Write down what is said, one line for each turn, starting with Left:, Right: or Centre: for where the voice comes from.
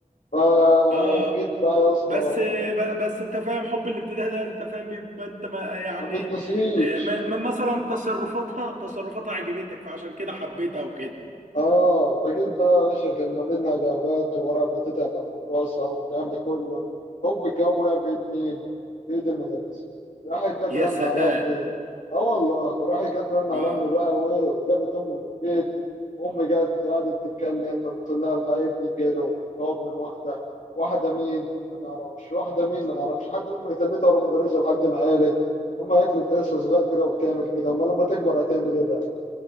Left: فجيت
Right: اه
Left: بقى يا اسطى
Right: بس ب- بس انت فاهم حب الابتداء ده انت فاهم بيبقى انت ما يعني
Left: ما بتنسيش
Right: آه، م- م- مثلا تصرفاتها تصرفاتها عجبتك فعشان كده حبيتها وكده
Left: اه فجيت بقى يا باشا كان ما بيننا جوابات وورقة بتتعب من الكراسة والكلام ده كله هوب الجواب وقع في ايد مين؟ في ايد المدرس راحت جت
Right: يا
Left: رن
Right: سلام
Left: على امي اه والله وراحت جت رن على
Right: اه
Left: امي بقى وايه وجابت امي من البيت امي جت قعدت تتكلم فبتقول لها الحقيقة ابني كده جواب من واحدة واحدة مين؟ ما نعرفش واحدة مين ما نعرفش حد امي تنتها ورا المدرسة لحد ما قالت امي قالت لي انت لسه صغير كده وبتعمل كده امال لما تكبر هتعمل ايه بقى؟